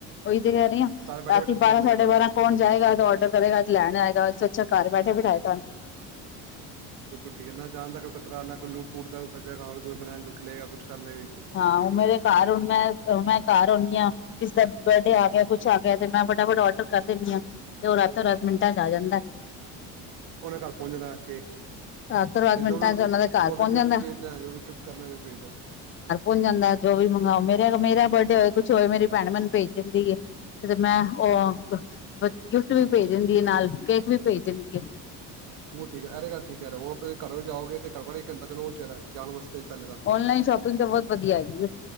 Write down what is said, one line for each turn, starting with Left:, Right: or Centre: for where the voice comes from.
Left: ਉਹੀ ਤੇ ਕਹਿ ਰਹੀ ਆ।
Right: ਘਰ ਬੈਠੇ
Left: ਰਾਤੀ
Right: ਬੈਠੇ ਸਮਾਨ
Left: ਬਾਰਾਂ,
Right: ਮਿਲ
Left: ਸਾਡੇ
Right: ਜਾਂਦਾ
Left: ਬਾਰਾਂ ਕੌਣ ਜਾਏਗਾ ਔਡਰ ਕਰੇਗਾ ਤੇ ਲੈਣ ਆਏਗਾ। ਇਸ ਛਾ ਘਰ ਬੈਠੇ ਬੈਠਾਏ।
Right: ਬਿਲਕੁਲ ਠੀਕ ਹੈ। ਨਾ ਜਾਣ ਦਾ ਕੋਈ ਖਤਰਾ, ਨਾ ਕੋਈ ਲੂਟ ਪੂਟ ਦਾ ਫਿਰ ਤੇ ਰਾਤ ਕੋਈ <unintelligible> ਲੁੱਟੇਗਾ ਕੁਛ- ਕਰ ਲਵੇ
Left: ਹਾਂ, ਉਹ ਮੇਰੇ ਘਰ ਹੁਣ ਮੈਂ ਹੁਣ ਮੈਂ ਘਰ ਆਉਂਦੀ ਆ, ਕਿਸੇ ਦਾ ਬਰਡੇ ਆ ਗਿਆ। ਕੁਛ ਆ ਗਿਆ। ਤੇ ਮੈਂ ਫਟਾਫਟ ਡਰ ਕਰ ਦਿੰਦੀ ਆਂ। ਤੇ ਉਹ ਰਾਤੋ ਰਾਤ ਮਿੰਟਾਂ ਚ ਆ ਜਾਂਦਾ।
Right: ਉਹਨਾਂ ਘਰ ਪਹੁੰਚ ਜਾਣਾ ਕੇਕ
Left: ਦਸ ਦਸ
Right: ਤੇ
Left: ਮਿੰਟਾਂ
Right: ਜੋ ਵੀ
Left: ਚ ਉਹਨਾਂ ਦੇ ਘਰ
Right: ਉਹ
Left: ਪਹੁੰਚ
Right: ਵੀ ਗਿਫਟ
Left: ਜਾਂਦਾ।
Right: ਭੇਜਨਾ ਜੋ ਵੀ ਗਿਫਟ ਕਰਨਾ ਜੋ ਭੇਜ ਦਿਓ।
Left: ਪੋਂਚ ਜਾਂਦਾ ਜੋ ਵੀ ਮੰਗਵਾਓ ਮੇਰਾ ਮੇਰਾ ਬਰਡੇ ਹੋਏ, ਕੁਛ ਹੋਏ, ਮੇਰੀ ਭੈਣ ਮੈਨੂੰ ਭੇਜ ਦਿੰਦੀ ਹੈ। ਤੇ ਮੈਂ ਔਹ ਬ- ਗਿਫਟ ਵੀ ਭੇਜ ਦਿੰਦੀ ਏ, ਨਾਲ ਕੇਕ ਵੀ ਭੇਜ ਦਿੰਦੀ ਏ
Right: ਔਹ ਠੀਕ ਹੈ, ਇਹਤੇ ਗਲ ਠੀਕ ਕਹਿ ਰੇ ਹੌ, ਔ ਫਿਰ ਘਰ ਜਾਓਗੇ ਤੇੰ ਘਟੋ ਘਟ ਇਕ ਘਟਾਂ ਤੇ ਔਜ ਚਾਹਿਦਾ ਜਾਣ ਵਾਸਤੇ। ਹੀ ਪਹਿਲੇ ਤਾਂ
Left: ਔਨਲਾਈਨ ਸ਼ੋਪਿੰਗ ਤਾਂ ਬਹੁਤ ਵਧੀਆ ਹੈਗੀ ਏ।